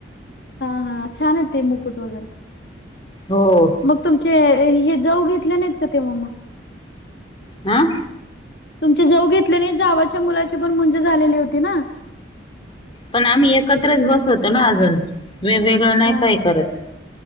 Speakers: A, on the left (about 60°); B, on the left (about 30°).
A: हा हा, छान आहेत ते मुकुट वगैरे
B: हो
A: मग तुमचे हे जाऊ घेतले नाहीत का तेव्हा मग
B: हां
A: तुमचे जाऊ घेतले नाही, जावंच्या मुलाची पण मूंज झालेली होती ना
B: पण आम्ही एकत्रच बसवतो ना अजून,, वेगवेग ळ नाही
A: हा
B: काही करत,,,